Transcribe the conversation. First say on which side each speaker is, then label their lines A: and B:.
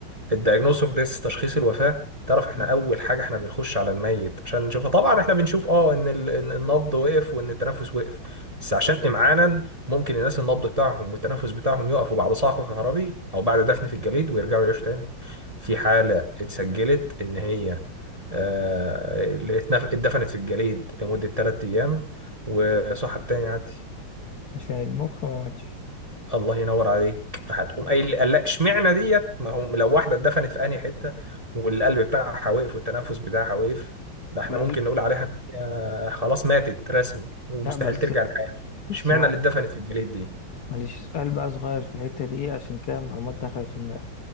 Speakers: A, on the right; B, on the left.
A: الدايجنوز اوف ديث تشخيص الوفاه تعرف احنا
B: مم.
A: اول حاجه احنا بنخش على الميت عشان نشوفه طبعا احنا بنشوف اه ان ال- إن النبض وقف وان التنفس وقف بس عشان امعانا ممكن الناس النبض بتاعهم والتنفس بتاعهم يقفوا بعد صعق كهربي او بعد دفن في الجليد ويرجعوا يعيشوا تاني في حاله اتسجلت ان هي آه، اللي اتنف- اتدفنت في الجليد لمده 3 ايام وصحت تاني عادي
B: عشان المخ ما ماتش
A: الله ينور عليك هتقوم
B: مم.
A: قايل لي لا اشمعنى ديت ما هو لو واحده اتدفنت في انهي حته والقلب بتاعها واقف والتنفس بتاعها واقف ده احنا
B: القلب
A: ممكن نقول عليها ان هي خلاص ماتت رسمي ومستحيل
B: لا بس
A: ترجع للحياه
B: بس
A: اشمعنى
B: معلش
A: اللي اتدفنت في الجليد دي
B: معلش سؤال بقى صغير في الحتة دي عشان كده المعلومات دخلت في دماغي